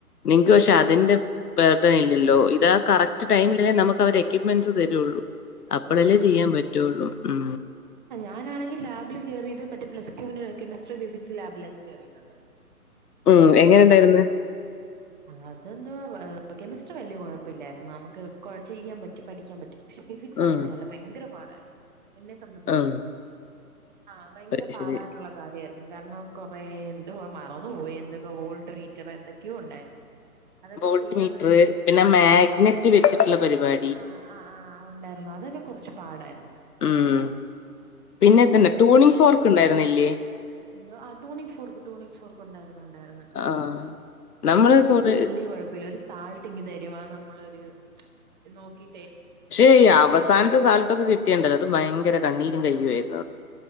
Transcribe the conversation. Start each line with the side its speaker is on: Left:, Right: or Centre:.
Left: നിങ്ങക്ക് പക്ഷെ അതിന്റെ ബെർഡൻ ഇല്ലല്ലോ ഇതാ കറക്റ്റ് ടൈമിലെ നമുക്ക് അവരെ എക്യപ്മെന്റ്സ് തരുള്ളൂ അപ്പഴല്ലേ
Right: കാര്യള്ളൂ
Left: ചെയ്യാൻ പറ്റുള്ളൂ ഉ
Right: ഞാനാണെിൽ ലബിൽ കറിയത് മറ്റ പ്ലസ് ടുവിന് കെമി്ട്രി ഫിസിക്സ് ലാബിലൊക്കെ കേറിട്ടുണ്ട്
Left: ഉം എങ്ങനെ ഉണ്ടായിന്ന്
Right: അതെന്തുവാ കെമിസ്ട്രി വലിയ കുഴപ്പമില്ലായിുന്ന നമുക്ക് ചെയ്യാൻ പറ്റും പഠിക്കാൻ പറ്റും പക്ഷെ ഫിസിക്സ്
Left: ഉം.
Right: അങ്ങനെയല്ല ഭയങ്കര പാടായിരുന്നു എന്നെ സംബന്ധിച്ച്
Left: ഉം.
Right: ആഹ ഭയങ്കര
Left: അത്
Right: പാടായിട്ടുള്ള
Left: ശരി.
Right: കാര്യമായിരുന്നു കാരണം കൊറെേ എന്തതു മറന്നു പോോയി എന്തൊക്കെ വോൾട്ട് മീറ്റർ എന്തൊക്കെയോ ഉണ്ടായിരുന്നു അതൊക്കെ
Left: ബോട്ട്
Right: ചെയ്യാന്നുള്ളത്
Left: മീറ്ററ് പിന്നെ മാഗ്നറ്റ്
Right: ആ
Left: വെച്ചിട്ടുള്ള പരിപാടി
Right: ആ ആ ആ് ഉണ്ടായിരുന്നു അതൊക്കെ കുറച്ച് പാടായിരുന്നു
Left: ഉം പിന്നെ ഇതുന്ന ടൂണിങ്ഫോർക്ക് ഉണ്ടായിരുന്നല്ലേ
Right: എന്തോ ആ ടൂണിക് ഫോർക്ക് ടൂണിക് ഫോർക്ക് ഉണ്ടായിരുന്നു ഉണ്ടായിരുന്ന
Left: ആഹ്. നമ്മള്
Right: കെമിസ്ട്രി
Left: കോളേ
Right: പിന്നെ വലിയ കുഴപ്പമില്ല ഒരു സാൾട്ട് ഇങ്ങി തരുവാ നമ്മളൊരു നോക്കി
Left: പക്ഷേ അവസാനത്തെ സാൾട്ടൊക്കെ കിട്ടിയണ്ടല്ലോ അത് ഭയങ്കര കണ്ണീരും കയ്യുമായിരുന്നു